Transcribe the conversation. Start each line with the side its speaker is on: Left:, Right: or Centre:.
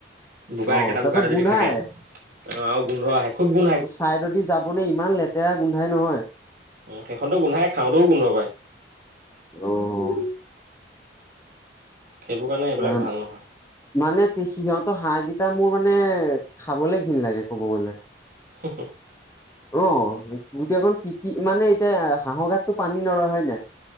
Right: বোকা
Left: অ
Right: একেটা
Left: তাৰপিছত
Right: বোকাটে যদি
Left: গোন্ধাই
Right: থাকে অঁ আৰু গোন্ধ আহে খুব গোন্ধ আহে।
Left: চাইদদি যাব‌ নোৱাৰি ইমান লেতেৰা গোন্ধাই নহয়।
Right: উম' সেইখনতো গোন্ধায়ে খাওঁতও গোন্ধ পায়।
Left: অ'
Right: সেইবোৰ কাৰণে এইবিলাক
Left: অ
Right: ভাল নহয়।
Left: মানে সিহঁতৰ হাঁহ কেইটা মোৰ মানে খাবলে ঘীণ লাগে কব গলে।
Right: <unintelligible>
Left: অঁ, গোটেইখন তিতি মানে এতিয়া হাঁহৰ গাতটো পানী নৰয় হয় নাই।